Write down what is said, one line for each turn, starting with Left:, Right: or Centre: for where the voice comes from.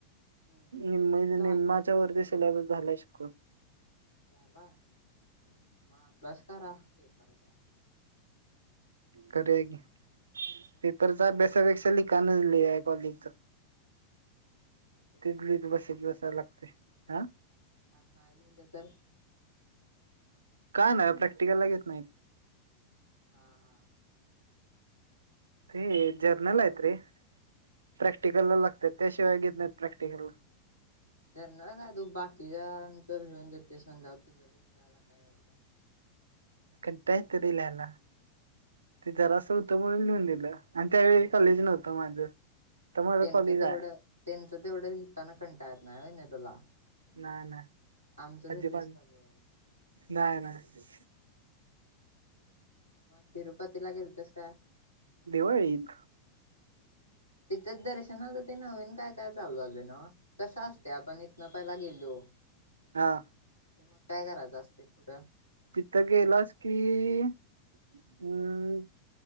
Left: हम्म
Right: निम्म
Left: आमची झाली
Right: निम्माच्या
Left: सेकंड
Right: वरती
Left: सेम
Right: सिलेबस झाल्या शिवून.
Left: झालाय. म अभ्यास करा पेपरचा
Right: करूया की.
Left: ना <unintelligible>
Right: पेपरचा अभ्यासापेक्षा लिकाणच लई आहे कॉलेजच.
Left: मग
Right: ते
Left: कधी
Right: गिरवत
Left: करणार
Right: बसत बसायला लागते हा.
Left: आणि नाही लिहिलं तर.
Right: काय नाही प्रॅक्टिकलला घेत नाहीत.
Left: हा. हा.
Right: ते
Left: आणि
Right: जर्नल हाईत रे. प्रॅक्टिकल ला लागतात, त्याशिवाय घेत नाहीत प्रॅक्टिकला.
Left: जर्नरच हाय, तू बाकीच्याच लिहून देतोय, ते समजा तुझ लिहुन द्यायला काय एवढं.
Right: कंटाळा येतोय रे ल्याला. ते जरा असं होतं म्हणून, लिहून दिलं आणि त्यावेळी कॉलेज नव्हतं माझं. तर माझं
Left: तेनचं
Right: कॉलेज
Left: तेवढं
Right: आहे
Left: तेनचं तेवढं लिताना कंटाळ येत नाही व्हय नाय तुला?
Right: नाही नाही
Left: आमचं
Right: अजिबात
Left: लय तेस नगो.
Right: नाही नाही.
Left: मग तिरुपतीला गेलतसं काय?
Right: दिवाळीत
Left: तिथंच दर्शनाचं ते नवीन काय काय चालू झालयं नव्ह, कसं असतयं आपण इथनं पहिला गेलो
Right: हा.
Left: की मग काय करायचं असतंय पुढं
Right: तिथं गेलास की, अम